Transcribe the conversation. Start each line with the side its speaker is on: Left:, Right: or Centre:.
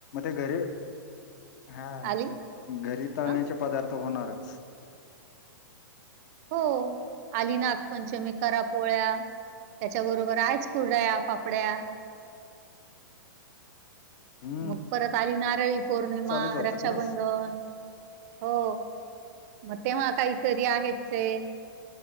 Left: ते घरी हा
Right: आली
Left: घरी तळण्याचे
Right: हा
Left: पदार्थ होणारच.
Right: हो आली नागपंचमी करा पोळ्या. त्याच्या बरोबर आहेच कुरड्या पापड्या
Left: हं,
Right: मग परत आली नारळी पौर्णिमा
Left: चालूच होतात
Right: रक्षाबंधन.
Left: ना.
Right: हो मग तेव्हा आता ही करी आहेचे.